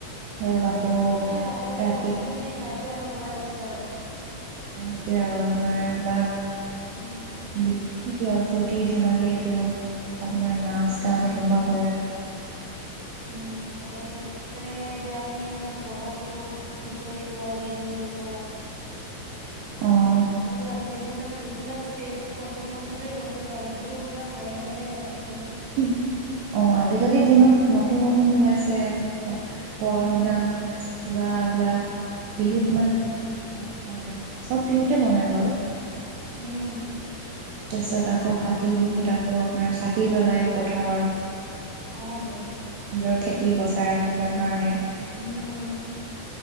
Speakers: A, on the right (about 85°); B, on the right (about 65°).
A: ধৰক আকৌ
B: মানে লাহে লাহে
A: ৰা
B: বস্তু খিনি নাইকিয়া হৈ গৈ আছে আৰু
A: <unintelligible> সেইটোয়ে আৰু আপোনাৰ এইবিলাক
B: উম,
A: বি <unintelligible> হয় নেকি আৰু ফূৰ্তি ধেমালি এইটো আপোনাৰ নাচ গান
B: উম।
A: এনেকুৱা কৰা এইবিলাক
B: উম' । আগতে যেনেকে এতিয়া আমি বহাগ বিহুত হুঁচৰি গোৱা, জেং বিহু গোৱা
A: অ' ।
B: সেইবোৰ আজিকালি মানে বেছিভাগ ষ্টেজ পাৰফমেন্ঞ্চতে গৈছেগে, আগতেতো সেইবিলাক ঘৰে ঘৰেহে গাইছিলে।
A: অ, আজিকালিৰ দিনত নতুন নতুন ওলাইছে <unintelligible> ফৰ্কৰগ
B: উম
A: ডান্স ওলাইছে কিবাবিলাক
B: উম
A: বিহুত কিমান <inaudible> আছে পিঠা বনাই চব বিহুতে বনায় বাৰু
B: উম' ।
A: তাৰপিছত আকৌ কাতি বিহুত আকৌ আপোনাৰ চাকি জ্বলাই পথাৰত,
B: অ তো
A: নিজৰ খেতি বচাই ৰাখিবলৈ কাৰণে
B: উম